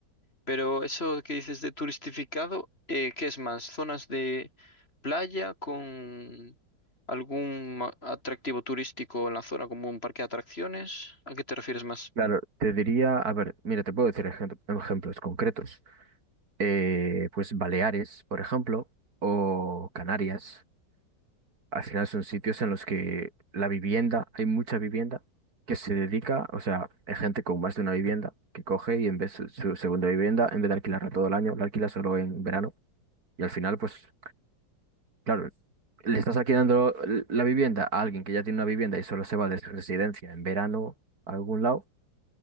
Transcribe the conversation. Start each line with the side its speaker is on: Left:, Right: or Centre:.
Left: Pero eso que dices de turistificado, eh, ¿qué es más? ¿Zonas de playa con algún a- atractivo turístico en la zona, como un parque de atracciones? ¿A qué te refieres más?
Right: Claro, te diría, a ver, mira, te puedo decir ejem- ejemplos concretos. eh, pues Baleares, por ejemplo, o Canarias. Al final son sitios en los que la vivienda, hay mucha vivienda que se dedica, o sea, hay gente con más de una vivienda que coge y en vez de su segunda vivienda, en vez de alquilarla todo el año, la alquila solo en verano. Y al final, pues, claro, le estás alquilando la vivienda a alguien que ya tiene una vivienda y solo se va de su residencia en verano a algún lado,